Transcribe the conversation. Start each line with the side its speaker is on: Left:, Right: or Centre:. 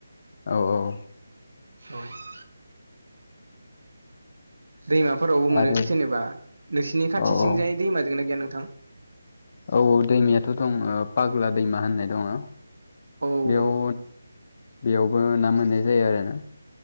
Left: औ-औ
Right: <inaudible> दैमाफोरावबो मोनो
Left: आरो
Right: जेनेबा नोंसिनि खाथिथिंजाय
Left: औ औ
Right: दैमा दोंना गैया नोंथां?
Left: औ दैमायाथ' दङ पाग्ला दैमा होननाय दङ
Right: औ
Left: बेयाव
Right: औ
Left: बेयावबो ना मोननाय जायो आरो ना।